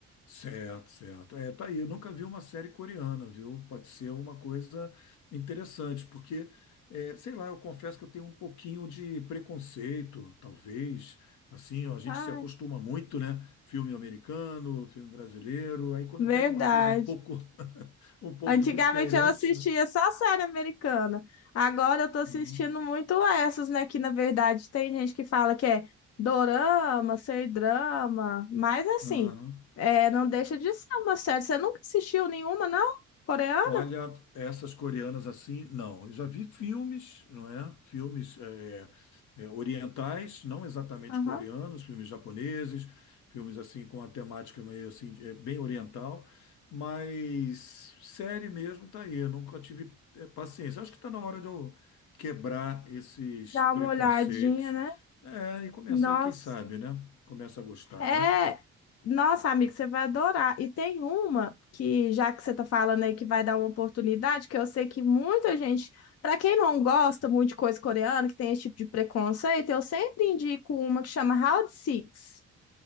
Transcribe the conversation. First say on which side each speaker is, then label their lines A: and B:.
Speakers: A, on the left; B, on the left.
A: Certo, certo. É, tá aí. Eu nunca vi uma série coreana, viu? Pode ser uma coisa interessante, porque, é, sei lá, eu confesso que eu tenho um pouquinho de preconceito, talvez. Assim, ó, a gente
B: Ai,
A: se acostuma muito, né? Filme americano, filme brasileiro. Aí quando
B: verdade.
A: pega uma coisa um pouco, <laughs> um pouco
B: Antigamente
A: diferente,
B: eu assistia
A: né?
B: só série americana. Agora eu tô assistindo
A: Uhum.
B: muito essas, né? Que na verdade tem gente que fala que é dorama, sei drama, mas assim,
A: Aham.
B: é, não deixa de ser uma série. Você nunca assistiu nenhuma, não? Coreana?
A: Olha, essas coreanas assim, não. Eu já vi filmes, não é? Filmes é, é, orientais, não exatamente
B: Aham.
A: coreanos, filmes japoneses, filmes assim com a temática meio assim, é, bem oriental, mas série mesmo tá aí. Eu nunca tive é, paciência. Acho que está na hora de eu quebrar esses
B: Dá
A: preconceitos,
B: uma olhadinha, né?
A: é, e começar,
B: Nossa,
A: quem sabe, né? Começa a gostar,
B: É,
A: né?
B: nossa, amigo, você vai adorar. E tem uma que, já que você tá falando aí que vai dar uma oportunidade, que eu sei que muita gente, para quem não gosta muito de coisa coreana, que tem esse tipo de preconceito, eu sempre indico uma que chama Round Six.